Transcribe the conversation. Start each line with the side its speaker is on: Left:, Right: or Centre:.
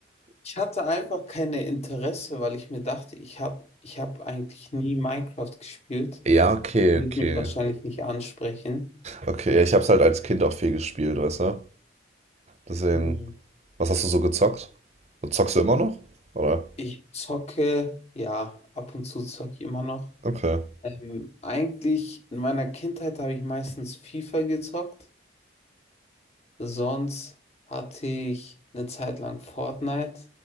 Left: Ich hatte einfach keine Interesse, weil ich mir dachte, ich habe ich hab eigentlich nie Minecraft gespielt.
Right: Ja, okay,
Left: Wird
Right: okay.
Left: mich wahrscheinlich nicht ansprechen.
Right: Okay, ja, ich habe es halt als Kind auch viel gespielt, weißt du? Deswegen,
Left: Mhm.
Right: was hast du so gezockt? Zockst du immer noch? Oder?
Left: Ich zocke, ja, ab und zu zocke ich immer noch.
Right: Okay.
Left: Ähm, eigentlich in meiner Kindheit habe ich meistens FIFA gezockt. Sonst hatte ich eine Zeit lang Fortnite,